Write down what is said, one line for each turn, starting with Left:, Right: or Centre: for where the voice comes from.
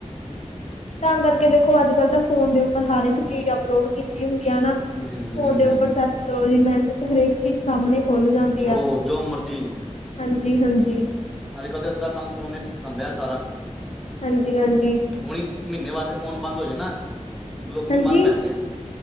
Left: ਤਾਂ ਕਰਕੇ ਦੇਖੋ ਅੱਜ-ਕੱਲ ਤਾਂ ਫੋਨ ਦੇ ਉੱਪਰ ਹਰ ਇੱਕ ਚੀਜ਼ ਅਪਲੋਡ ਕੀਤੀ ਹੁੰਦੀ ਆ ਨਾਂ।
Centre: ਹੂੰ
Left: ਫੋਨ ਦੇ ਉੱਪਰ ਸਰਚ ਕਰੋ ਜੀ ਮਿੰਟ ਚ ਹਰੇਕ ਚੀਜ਼ ਸਾਹਮਣੇ ਖੁੱਲ ਜਾਂਦੀ ਆ।
Centre: ਹੋ ਜੋ ਮਰਜੀ
Left: ਹਾਂਜੀ ਹਾਂਜੀ।
Centre: ਅੱਜ-ਕੱਲ੍ਹ ਤੇ ਅਦਾਂ ਕੰਮ ਫੋਨ ਨੇਂ ਸਾਂਭਿਆ ਸਾਰਾ।
Left: ਹਾਂਜੀ ਹਾਂਜੀ।
Centre: ਹੁਣੀ ਮਹੀਨੇ ਵਾਸਤੇ ਫੋਨ ਬੰਦ ਹੋ ਜੇ ਨਾਂ ਤੇ ਲੋਕੀ
Left: ਹਾਂਜੀ
Centre: ਮਰ ਪੈਣਗੇ,